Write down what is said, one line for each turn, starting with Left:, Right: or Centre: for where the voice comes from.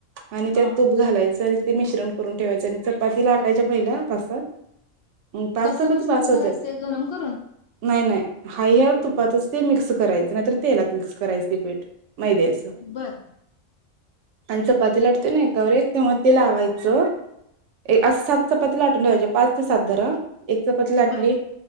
Right: आणि
Left: हा
Right: त्यात तूप घालायचं ते मिश्रण करून ठेवायचे आणि चपाती लाटायच्या पहिल्या पाच-सात पाच
Left: कसं
Right: चपाती
Left: मिश्रण
Right: बास होत्यात.
Left: करायचं गरम करून
Right: नाही नाही हाय ह्या तुपातच ते मिक्स करायचं नाहीतर तेलात मिक्स करायचं ते पीठ मैद्याचं
Left: बर
Right: आणि चपाती लाटतोय ना एकावर एक तेव्हा ते लावायचं असं सात चपाती लाटून ठेवायची पाच ते सात धरा एक चपाती लाटली
Left: बर